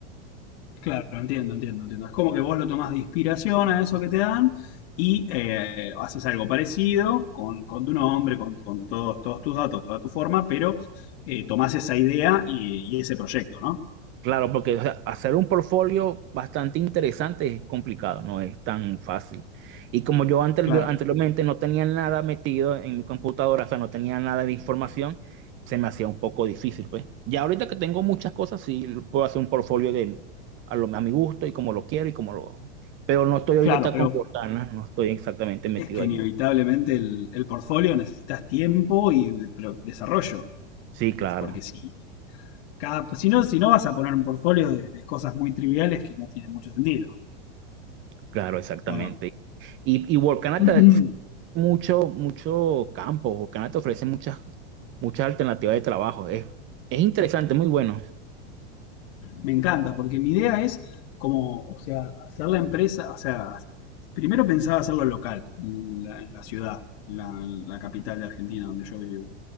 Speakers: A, on the left; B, on the right.
A: Claro, entiendo, entiendo, entiendo. Es como que vos lo tomás de inspiración a eso que te dan y eh, haces algo parecido con, con tu nombre, con, con todos, todos tus datos, toda tu forma, pero eh, tomás esa idea y, y ese proyecto, ¿no?
B: Claro, porque o sea, hacer un portfolio bastante interesante es complicado, no es tan fácil. Y como yo anterior-
A: Claro,
B: anteriormente no tenía nada metido en mi computadora, o sea, no tenía nada de información, se me hacía un poco difícil, pues. Ya ahorita que tengo muchas cosas, sí puedo hacer un portfolio de, a, lo- a mi gusto y como lo quiero y como lo... Pero no estoy ahorita
A: claro, pero
B: con Workana, no estoy exactamente metido
A: es que
B: allí.
A: inevitablemente el, el portfolio necesitas tiempo y de- pero desarrollo,
B: Sí, claro,
A: porque si, cada, si no, si no vas a poner un portfolio de, de cosas muy triviales que no tienen mucho sentido,
B: claro, exactamente.
A: ¿o no?
B: Y, y Workana
A: <clears throat>
B: te, mucho, mucho campo. Workana te ofrece muchas, muchas alternativas de trabajo. Es, es interesante, muy bueno.
A: Me encanta, porque mi idea es como, o sea, hacer la empresa, o sea, primero pensaba hacerlo local, en la, en la ciudad, en la, en la capital de Argentina, donde yo vivo.